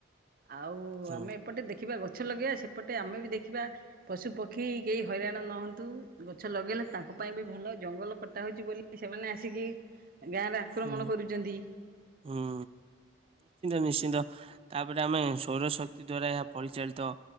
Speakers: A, on the right (about 45°); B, on the right (about 30°).
A: ଆଉ
B: ହୁଁ
A: ଆମେ ସେପଟେ ଦେଖିବା ଗଛ ଲଗେଇବା, ସେପଟେ ଆମେ ବି ଦେଖିବା ପଶୁ ପକ୍ଷୀ କେହି ହଇରାଣ ନହନ୍ତୁ, ଗଛ ଲଗେଇଲେ ତାଙ୍କ ପାଇଁ ବି ଭଲଦ, ଜଙ୍ଗଲ କଟା ହେଉଛି ବୋଲି ସେମାନେ ଆସିକି ଗାଁରେ ଆକ୍ରମଣ
B: ହୁଁ
A: କରୁଛନ୍ତି।
B: ହୁଁ ନିଶ୍ଚିନ୍ତ ନିଶ୍ଚିନ୍ତ। ତାପରେ ଆମେ ସୌର ଶକ୍ତି ଦ୍ଵାରା ଏହା ପରିଚାଳିତ।